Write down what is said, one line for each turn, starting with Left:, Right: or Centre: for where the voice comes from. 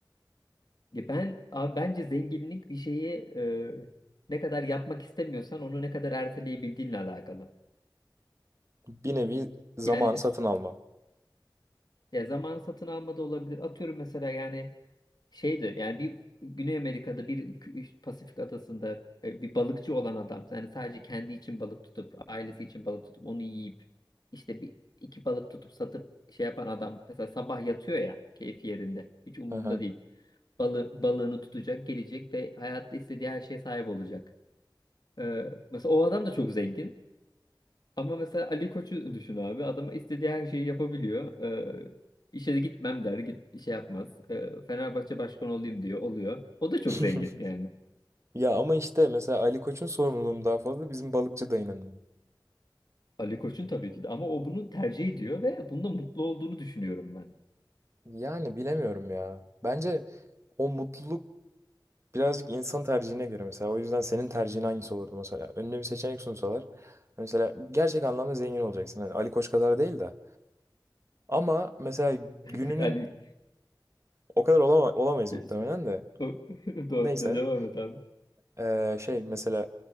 Left: Ya ben abi bence zenginlik bir şeyi e, ne kadar yapmak istemiyorsan onu ne kadar erteleyebildiğinle alakalı.
Right: Bir nevi zamanı
Left: Yani biz
Right: satın alma.
Left: Ya zamanı satın alma da olabilir. Atıyorum mesela yani şeydi yani bir Güney Amerika'da bir kü- Pasifik adasında e, bir balıkçı olan adam yani sadece kendi için balık tutup ailesi için balık tutup onu yiyip işte bir iki balık tutup satıp şey yapan adam mesela sabah yatıyor ya keyfi yerinde hiç umurunda
Right: Hı hı.
Left: değil. Balı, balığını tutacak gelecek ve hayatta istediği her şeye sahip olacak. Ee, mesela o adam da çok zengin. Ama mesela Ali Koç'u düşün abi. Adam istediği her şeyi yapabiliyor. Ee, işe de gitmem der. Git, işe yapmaz. Ee, Fenerbahçe başkanı olayım diyor. Oluyor. O da çok
Right: <laughs>
Left: zengin yani.
Right: Ya ama işte mesela Ali Koç'un sorumluluğum daha fazla bizim balıkçı dayının.
Left: Ali Koç'un tabii ki de. Ama o bunu tercih ediyor ve bunda mutlu olduğunu düşünüyorum ben.
Right: Yani bilemiyorum ya. Bence o mutluluk birazcık insan tercihine göre mesela. O yüzden senin tercihin hangisi olurdu mesela? Önüne bir seçenek sunsalar. Mesela gerçek anlamda zengin olacaksın. Hani Ali Koç kadar değil de. Ama mesela gününün
Left: <laughs> Ali...
Right: o kadar olama, olamayız
Left: De-
Right: muhtemelen de.
Left: o- <laughs> Doğru,
Right: Neyse.
Left: de- devam et abi.
Right: Ee, şey mesela